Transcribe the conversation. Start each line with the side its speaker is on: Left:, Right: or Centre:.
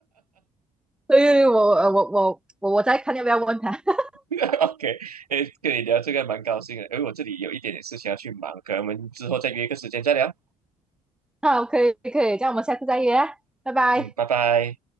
Centre: 所以我呃我我我我再看要不要问他。<laughs>
Right: <laughs> OK，诶，跟你聊这个蛮高兴的，因为我这里有一点点事情要去忙，可能我们之后再约一个时间再聊。
Centre: 好，可以可以，这样我们下次再约啊，拜拜。
Right: 嗯，拜拜。